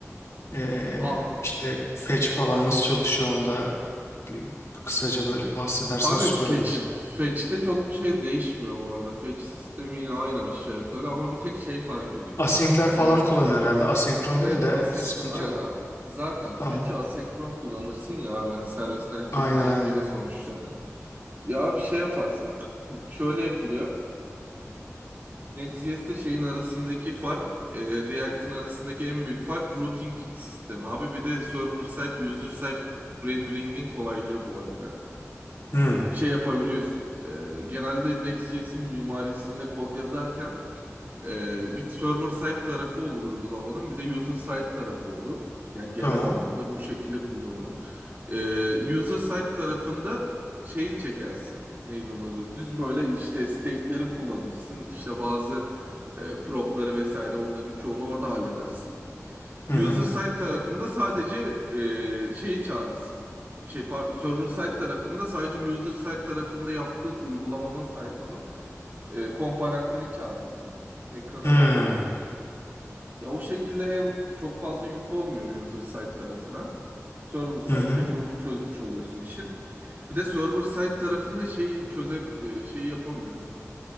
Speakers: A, on the left (about 65°); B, on the right (about 40°).
A: Ee,
B: A
A: işte fetch falan
B: aha.
A: nasıl çalışıyor onda bir kısaca böyle bahsedersen
B: Abi
A: süper
B: fetch
A: olur ya.
B: fetch'te çok bir şey değişmiyor bu arada. Fetch sistemi yine aynı aşağı yukarı ama bir tek şey fark ediyor.
A: Async'ler falan
B: Ee,
A: kullanıyor herhalde. Asenkron
B: evet
A: değil mi de
B: async
A: sıkıntı
B: aynen
A: yok.
B: zaten
A: Tamam.
B: fetch'i asenkron kullanırsın ya abi hani servisten çekeceğin
A: Aynen aynen.
B: veri sonuçta yani. Ya bir şey yaparsın. Şöyle yapılıyor. Neticesinde şeyin arasındaki fark, e, React'in arasındaki en büyük fark routing sistemi abi. Bir de server side, user side rendering'in kolaylığı bu arada.
A: Hı,
B: Şey yapabiliyorsun. e, genelde Next.js'in mimarisinde kod yazarken e, bir server side tarafı olur uygulamanın, bir de user side tarafı olur. Yani genel
A: tamam.
B: anlamda bu şekilde kullanılır. Ee, user side tarafında şeyi çekersin. Neydi onun adı? Düz böyle işte state'leri kullanırsın. İşte bazı e, prop'ları vesaire onların çoğunu orada halledersin.
A: Hı
B: User
A: hı.
B: side tarafında sadece e, şeyi çağırırsın. Şey pardon, server side tarafında sadece user side tarafında yaptığın uygulamanın sayfanın e, komponentini çağırırsın. Ekrana
A: Hı
B: basarsın. Ya o şekilde hem çok fazla yük olmuyor user side tarafına. Server side'de
A: hı. hı.
B: çoğunu çözmüş oluyorsun işin. Bir de server side tarafında şeyi çözem e, şeyi yapamıyorsun.